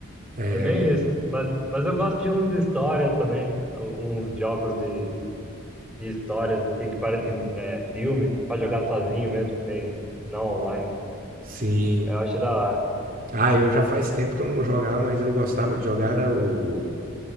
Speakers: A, on the right; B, in the centre.
A: É,
B: É meio isso. Mas, mas eu gosto de uns de histórias também. u- Uns jogos de, de histórias, assim, que parecem é, filme, pra jogar sozinho mesmo, sem, não online.
A: sim.
B: Eu acho da hora.
A: Ah, eu já faz tempo que eu não jogava, mas eu gostava de jogar era o,